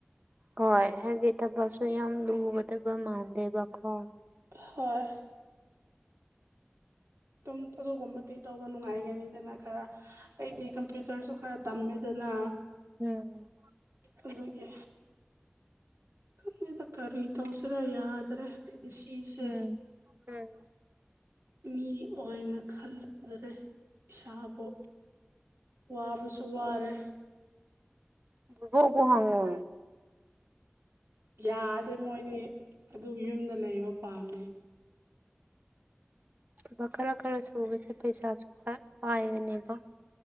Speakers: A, on the right; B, on the right.
A: ꯍꯣꯏ ꯍꯥꯢꯕꯗꯤ ꯊꯕꯛꯁꯨ ꯌꯥꯝ ꯂꯨꯒꯗꯕ ꯃꯗꯦꯕ ꯀꯣ
B: ꯍꯣꯏ ꯇꯨꯝ ꯑꯗꯨꯒꯨꯝꯕꯗꯤ ꯇꯧꯕ ꯅꯨꯡꯉꯥꯏꯒꯅꯤꯗꯅ ꯈꯔ ꯑꯩꯗꯤ ꯀꯝꯄ꯭ꯌꯨꯇꯔꯁꯨ ꯈꯔ ꯇꯝꯃꯦ ꯑꯗꯨ ꯅꯥ
A: ꯎꯝ
B: ꯑꯗꯨꯒꯤ ꯈꯪꯗꯦꯗ ꯀꯔꯤ ꯇꯧꯁꯤꯔꯥ ꯌꯥꯗ꯭ꯔꯦ ꯑꯩꯒꯤ ꯁꯤꯁꯦ
A: ꯎꯝ ꯎꯝ
B: ꯃꯤ ꯑꯣꯏꯅ ꯈꯜꯂꯨꯗꯔꯦ ꯏꯁꯥꯕꯨ ꯋꯥꯕꯁꯨ ꯋꯥꯔꯦ
A: ꯕꯣꯕꯣꯛ ꯎꯄꯨ ꯍꯥꯡꯉꯣ
B: ꯌꯥꯗꯦ ꯃꯣꯏꯗꯤ ꯑꯗꯨꯝ ꯌꯨꯝꯗ ꯂꯩꯕ ꯄꯥꯝꯃꯤ
A: ꯑꯗꯨꯒ ꯈꯔ ꯈꯔ ꯁꯨꯕꯁꯦ ꯄꯩꯁꯥꯁꯨ ꯄꯥꯏꯒꯅꯦꯕ